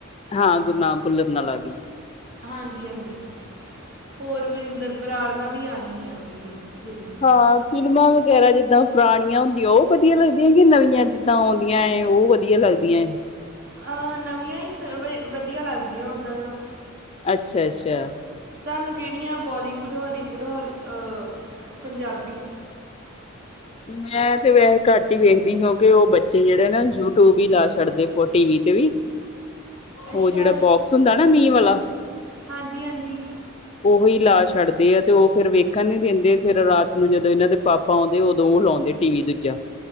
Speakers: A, on the left (about 30°); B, on the right (about 65°).
A: ਹਾਂ ਗੁਰੂਨਾਮ ਪੁੱਲਤ ਨਾਲ ਆਖੀ।
B: ਹਾਂਜੀ-ਹਾਂਜੀ ਹੋਰ ਵਰਿੰਦਰ ਬਰਾੜ ਨਾਲ ਵੀ ਆਣੀ ਹੈ ਓਦੀ ਵੀ ਫਿਲਮ।
A: ਹਾਂ ਫ਼ਿਲਮਾਂ ਵਗੈਰਾ ਜਿੱਦਾਂ ਪੁਰਾਣੀਆਂ ਹੁੰਦੀਆਂ ਓ ਵਧੀਆ ਲੱਗਦੀਆਂ ਕਿ ਨਵੀਆਂ ਜਿੱ ਦਾ ਆਉਂਦੀਆਂ ਏ, ਉਹ ਵਧੀਆ ਲੱਗਦੀਆਂ ਏ।
B: ਹਾਂ ਨਵੀਆਂ ਈ ਸ ਵ ਵਧੀਆ ਲੱਗਦੀਆਂ ਓਦਾ ਦਾ।
A: ਅੱਛਾ-ਅੱਛਾ।
B: ਤਾਨੂੰ ਕੇੜੀਆਂ ਬੋਲੀਵੁੱਡ, ਹੋਲੀਵੁੱਡ ਹੋਲੀ, ਪੰਜਾਬੀ
A: ਮੈਂ ਤੇ ਵੈਸੇ ਘੱਟ ਹੀ ਵੇਖਦੀ ਕਿਉਂਕਿ ਉਹ ਬੱਚੇ ਜੇੜੇ ਨਾ ਯੂਟਿਊਬ ਹੀ ਲਾ ਛੱਡਦੇ ਓ ਟੀ ਵੀ ਤੇ ਵੀ
B: ਅੱਛਾ
A: ਓ ਜੇੜਾ ਬੋਕਸ ਹੁੰਦਾ ਨਾ ਮੀਂਹ ਵਾਲਾ
B: ਹਾਂਜੀ-ਹਾਂਜੀ।
A: ਓਹੀ ਲਾ ਛੱਡਦੇ ਆ ਤੇ ਉਹ ਫਿਰ ਵੇਖਣ ਨੀ ਦਿੰਦੇ ਫਿਰ ਰਾਤ ਨੂੰ ਜਦੋਂ ਇਹਨਾਂ ਦੇ ਪਾਪ ਪਾ ਆਉਂਦੇ ਉਦੋਂ ਲਾਉਂਦੇ ਟੀ ਵੀ ਦੂਜਾ।